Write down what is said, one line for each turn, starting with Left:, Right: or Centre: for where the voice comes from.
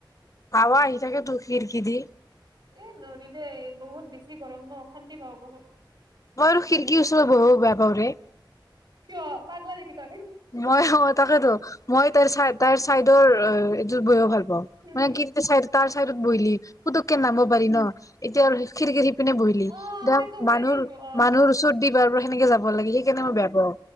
Left: হাৱা আহি থাকেটো শিৰ কিদি
Right: এ নৰি দে বহুত বেছি গৰম ন, অশান্তি পাওঁ বহুত।
Left: মই খিৰিকীৰ ওচ বহু বেয়া পাওঁৰে।
Right: কিয়? পাগলা নেকি তই?
Left: মই অ', তাকেটো মই তাৰ চাই তাইৰ চাইদৰ অ', এইটোত বহিব ভাল
Right: উম,
Left: মানে
Right: হম,
Left: <unintelligible> চাইদৰ তাৰ চাইদত বহিলি পুতুককে নামব
Right: হম,
Left: পালি ন'। এতিয়া আৰু খিৰিকীদি পিনে বহিলি
Right: অ',
Left: দা
Right: সেইটো হয়
Left: মানুহ
Right: কিন্তু অ'।
Left: মানুহৰ ওচৰত দি বাৰ কেনেকে যাব লাগে সেইকাৰণে
Right: উম, উম,
Left: মই বেয়া পাওঁ